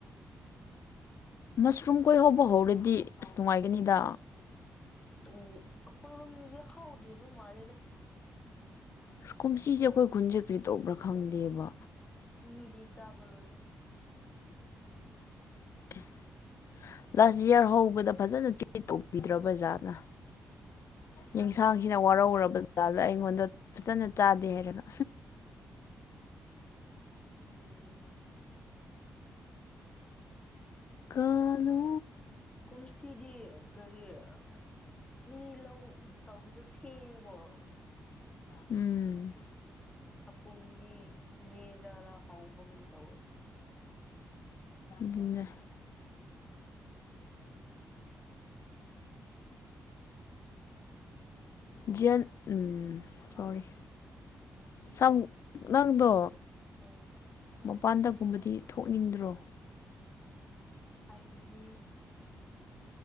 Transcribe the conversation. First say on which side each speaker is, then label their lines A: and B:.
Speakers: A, on the left (about 60°); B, on the left (about 15°).
A: ꯃꯁ꯭ꯔꯨꯝ ꯈꯣꯏ ꯍꯧꯕ ꯍꯧꯔꯗꯤ ꯑꯁ ꯅꯨꯡꯉꯥꯏꯒꯅꯤꯗ
B: ꯎꯝ ꯑꯈꯣꯏꯔꯣꯝꯗꯗꯤ ꯍꯥꯎꯗ꯭ꯔꯕ ꯃꯥꯜꯂꯦꯗ
A: ꯑꯁ ꯀꯨꯝꯁꯤꯁꯦ ꯑꯩꯈꯣꯏ ꯈꯨꯟꯁꯦ ꯀꯔꯤ ꯇꯧꯕ꯭ꯔꯥ ꯈꯪꯗꯦꯕ
B: ꯃꯤꯗꯤ ꯆꯥꯕ ꯂꯣꯏꯔꯦ
A: <inaudible> ꯂꯥꯁ ꯏꯌꯥꯔ ꯍꯧꯕꯗ ꯐꯖꯅ ꯇ꯭ꯔꯤꯠ ꯇꯧꯕꯤꯗ꯭ꯔꯕ ꯖꯥꯠꯂ ꯌꯦꯟꯁꯥꯡꯁꯤꯅ ꯋꯥꯔꯧꯔꯕ ꯖꯥꯠꯂ ꯑꯩꯉꯣꯟꯗ ꯐꯖꯅ ꯆꯥꯗꯦ ꯍꯥꯏꯔꯒ
B: ꯑꯣ
A: ꯀꯥꯂꯣ
B: ꯀꯨꯝꯁꯤꯗꯤ ꯀꯔꯤ ꯑꯁ ꯃꯤ ꯂꯧ ꯇꯧꯕꯗꯣ ꯊꯦꯡꯉꯦꯀꯣ
A: ꯎꯝ
B: ꯍꯥꯀꯨꯝꯗꯤ ꯃꯦꯗꯔꯥ ꯍꯥꯎꯕꯒꯨꯝ ꯇꯧꯋꯦ
A: ꯟꯖ ꯖꯤꯌꯥꯟ ꯎꯝ ꯁꯣꯔꯤ ꯁꯝ ꯅꯪꯗꯣ
B: ꯎꯝ
A: ꯃꯄꯥꯟꯗꯒꯨꯝꯕꯗꯤ ꯊꯣꯛꯅꯤꯡꯗ꯭ꯔꯣ
B: ꯍꯥꯏꯕꯗꯤ